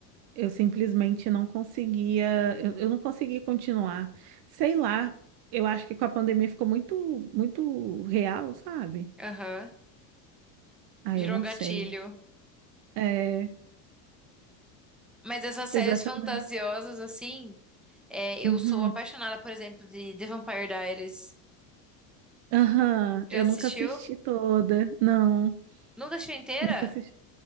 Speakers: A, on the right; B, in the centre.
A: eu simplesmente não conseguia, eu, eu não consegui continuar. Sei lá, eu acho que com a pandemia ficou muito, muito real, sabe?
B: Aham.
A: Ah,
B: Gerou
A: eu não
B: um gatilho.
A: sei. É,
B: Mas essas séries
A: exatamente.
B: fantasiosas, assim, é, eu
A: Uhum.
B: sou apaixonada, por exemplo, de The Vampire Diaries.
A: Aham,
B: Já
A: eu
B: assistiu?
A: nunca assisti toda. Não,
B: Nunca assistiu inteira?
A: nunca assisti.